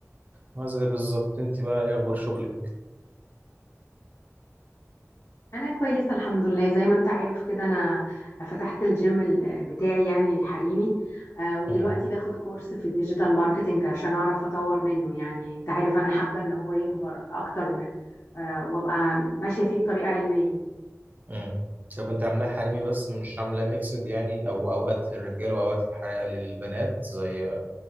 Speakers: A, on the right; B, on the left.
A: ما زي بالظبط أنت بقى إيه أخبار شغلك؟
B: انا كويسه الحمد لله زي ما انت عارف كده انا فتحت الجيم ال- بتاعي يعني الحريمي آه، ودلوقتي
A: مم.
B: باخد كورس في الديجيتال ماركتينج عشان اعرف اطور منه يعني انت عارف انا حابه ان هو يكبر اكتر م- آه، وابقى ماشيه فيه بطريقه علميه
A: مم. طب أنت عاملاه حريمي بس مش عاملاه ميكسد يعني أو أوقات للرجالة وأوقات للحريقة للبنات زي